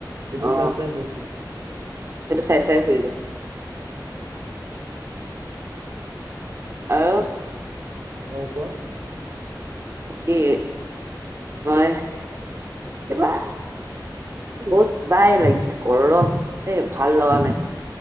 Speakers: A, on the right; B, on the right.
A: এইটো
B: আৰু অ
A: চাই চাই শেষ হৈ
B: সেইটো চাই - চাই হৈ যাওঁ। আও
A: <inaudible> অ কোৱা?
B: কি? মই কিবা বহুত বাই লাগিছে গৰম, এ ভাল লগা নাই।